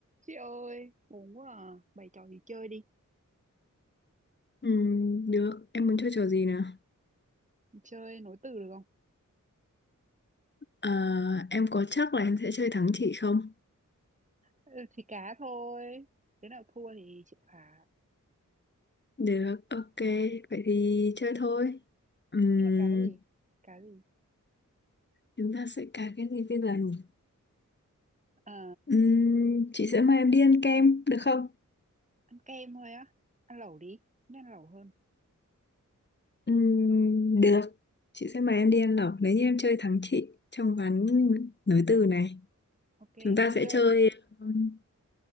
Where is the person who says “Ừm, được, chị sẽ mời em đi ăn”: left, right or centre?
Left